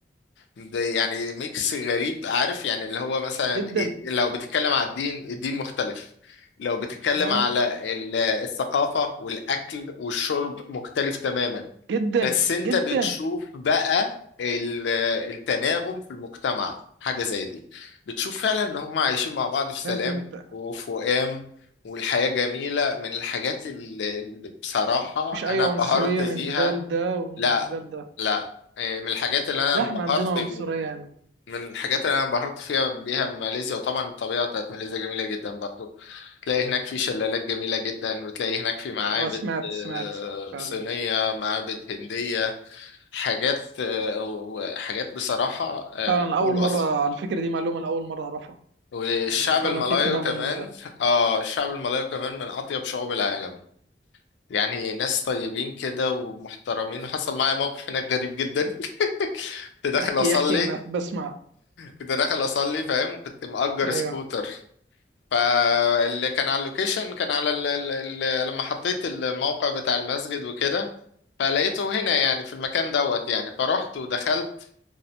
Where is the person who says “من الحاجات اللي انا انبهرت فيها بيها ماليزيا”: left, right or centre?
Left